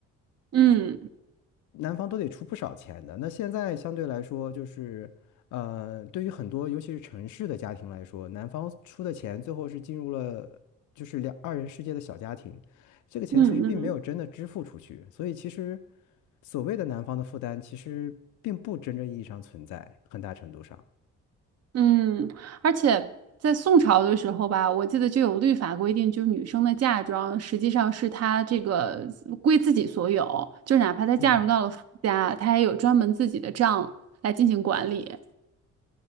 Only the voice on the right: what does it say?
嗯
嗯嗯嗯。嗯
嗯，而且在宋朝的时候吧，我记得就有律法规定，就是女生的嫁妆实际上是她这个归自己所有，就哪怕她嫁入到了夫家，
她也有专门自己的账来进行管理。